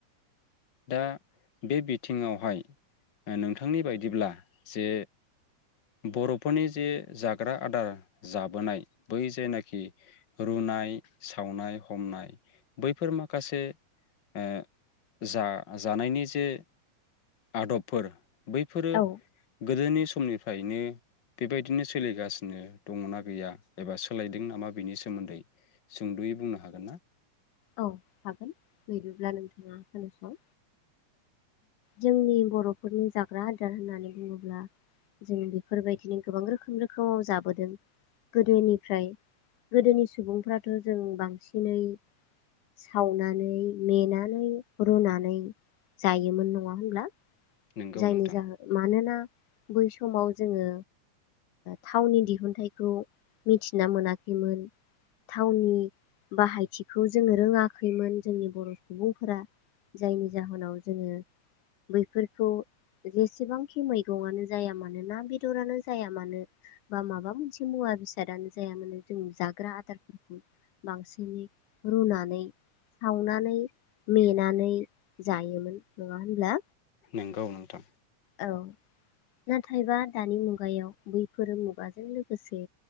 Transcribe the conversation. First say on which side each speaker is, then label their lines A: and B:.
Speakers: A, on the left; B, on the left.
A: दा बे बिथिङावहाय नोंथांनि बायदिब्ला जे बर'फोरनि जे जाग्रा आदार जाबोनाय। बै जायनाखि रुनाय सावनाय। हमनाय बैफोर माखासे ओ जा जानायनि जे आदबफोर। बैफोरो।
B: औ
A: गोदोनि समनिफ्रायनो बेबायदिनो सोलिगासिनो दङ'ना गैया एबा सोलायदों नामा बिनि सोमोन्दै सुंदु'यै बुंनो हागोन हागोनना?
B: औ हागोन बिदिब्ला नोंथाङा खोनासं जोंनि बर'फोरनि जाग्रा आदार होननानै बुङोब्ला जों बेफोरबायदिनो गोबां रोखोम रोखोमाव जाबोदों गोदोनिफ्राय गोदोनि सुबुंफ्राथ' जों बांसिनै सावनानै मेनानै रुनानै जायोमोन नङा होनब्ला।
A: नोंगौ
B: जायनि
A: नोंथां
B: जाहोन मानोना बै समाव जोङो थावनि दिहुनथाइखौ मिथिना मोनाखैमोन थावनि बाहायथिखौ जो जोङो रोङाखैमोन जोंनि बर' सुबुंफोरा जायनि जाहोनाव जोङो बैफोरखौ जेसेबांखि मैगंआनो जाया मानो ना बेदरानो जाया मानो बा माबा मोनसे मुवा बेसादानो जाया मानो जों जाग्रा आदारफोरखौ बांसिनै रुनानै सावनानै मेनानै जायोमोन नङा होनब्ला?
A: नंगौ नोंथां।
B: औ नाथायबा दानि मुगायाव बैफोर मुगाजों लोगोसे